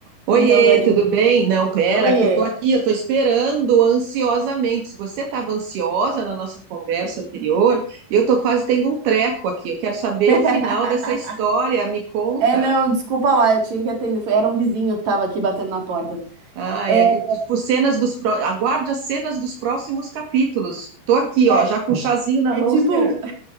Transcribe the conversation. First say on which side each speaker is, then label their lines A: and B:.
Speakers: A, on the right; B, on the right.
A: Oiê,
B: Então, Dani,
A: tudo bem? Não, pera,
B: oiê.
A: que eu tô aqui, eu tô esperando ansiosamente. Se você estava ansiosa na nossa conversa anterior, eu tô quase tendo um treco aqui. Eu quero saber
B: <laughs>
A: o final dessa história. Me conta.
B: É, não, desculpa lá, eu tinha que atender. Foi- Era um vizinho que tava aqui batendo na porta.
A: Ai,
B: É,
A: é, tipo, cenas dos pró... Aguarde as cenas dos próximos capítulos. Tô aqui, ó,
B: é,
A: já com o chazinho na
B: é
A: mão
B: tipo,
A: esperando.